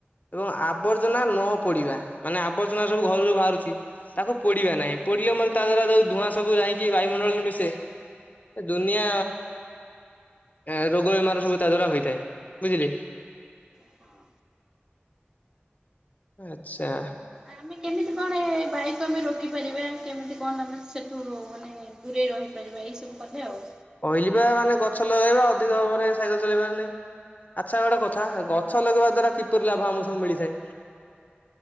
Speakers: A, on the left (about 40°); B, on the right (about 20°).
A: ଏବଂ ଆବର୍ଜନା ନ ପୋଡିବା ମାନେ ଆବର୍ଜନା ସବୁ ଘରୁ ଯୋଉ ଭାଆରୁଚି ତାକୁ ପୋଡିବା ନାହିଁ। ପୋଡିଲେ ମୋଳ ତା ଦ୍ଵାରା ଯୋଉଁ ଧୂଆଁ ସବୁ ଯାଇକି ବାୟୁମଣ୍ଡଳରେ ମିଶେ। ଏ ଦୁନିଆ ଏଁ ରୋଗ ବେମାର ସବୁ ତା ଦ୍ଵାରା ହୋଇଥାଏ ବୁଝିଲେ।
B: ହଁ
A: ଆଚ୍ଛା।
B: ଆମେ କେମିତି କଣ ଏ? ଏ ବାୟୁକୁ ଆମେ ରୋକି ପାରିବା। କେମିତି କଣ ଆମେ ସେଠୁ ମାନେ ଦୂରେଇ ରହିପାରିବା ଏଇ ସବୁ <unintelligible> ଆଉ।
A: କହିଲିବା ମାନେ ଗଛ ଲଗାଇବା ଅଧିକ ଭାବରେ ସାଇକେଲ୍ ଚଲେଇବାର ନାହିଁ। ଆଚ୍ଛା ଗୋଟେ କଥା
B: ଆଚ୍ଛା
A: ଗଛ ଲଗେଇବା ଦ୍ଵାରା କିପରି ଲାଭ ଆମକୁ ସବୁ ମିଳିଥାଏ।